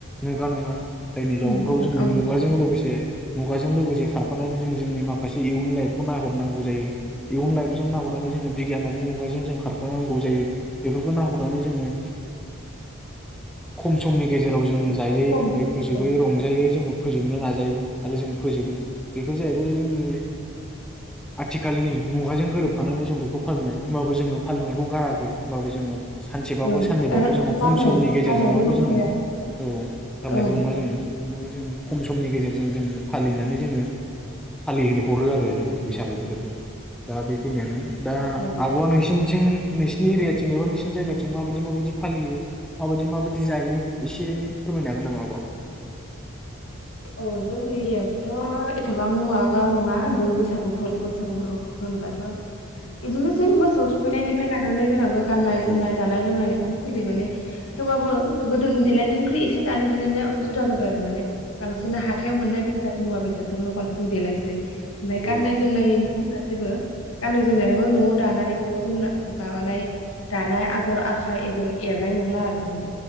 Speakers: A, in the centre; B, on the left.
A: मुगा नङा जाय <inaudible> बेयावनोथ
B: खम नंला
A: जोङो
B: औ
A: मुगाजों लोगोसे मुगाजों लोगोसे खारफानानै जों जोंनि माखासे इयुन लाइफखौ नाहरनांगौ जायो इयुन लाइफ जों नाहरनानै जोङो बिगियानारि मुगाजों जों खारफानांगौ जायो बेफोरखौ नाहरनानै जोङो खम समनि गेजेराव जोङो जायै
B: एसे खम
A: लोङै फोजोब
B: औ
A: रंजायो जोङो फोजोबनो नाजायो आरो जों फोजोबो बेफोर जाहैबाय जोंनि आथिखालनि मुगाजों गोरोबफानानै जों बेखौ फालिनाय होमबाबो जोङो फालिनायखौ गाराखै होमबाबो जोङो सानसेबाबो
B: औ
A: साननैबाबो
B: आरो
A: जोङो
B: गारनाय
A: खम समनि गेजेरजोंबाबो
B: गारनायबो नंखाया
A: जोङो औ गारनायबो
B: औ
A: नङा जोङो। <unintelligible> जोङो खम समनि गेजेरजों जोङो फालिनानै जोङो फालि हरो आरो जोङो बैसागु बोथोरखौ दा बेखिनियानो। दा
B: औ
A: आबआ नोंसि थिंङै नोंसिनि एरियाथिं एबा नोंसिनि जायगाथिं माबायदि माबायदि फालियो माबायदि माबायदि जायो एसे एनै फोरमायनो हागोन नामा आब'आ?
B: औ जों एरियाथिंथ एथबां माबा नङा जों बैसागु फोरबो बैसागु फोरबो होनबाथ इदिनोसै मोसौ थुखैनायनिफ्राय लानानै जोंनाबो गाननाय जोमनाय
A: औ
B: जानाय लोंनायनि <inaudible> <unintelligible> माने थेवबाबो गोदोनि देलायनायनिख्रुइ एसे दानि देलायनाया जुदा जाबाय आरो माने बांसिन
A: औ
B: हाथायाव मोननाय बेसाद मुवा बेसादजोंल बांसिन देलायसै। ओमफाय‌ गाननाय
A: औ
B: जोमनाय गासिबो गाननाय जोमनायाबो नआव दानाय नआव जोंना बाबानाय दानाय आगर आखाइ एरै एरनाय नंला आरो माने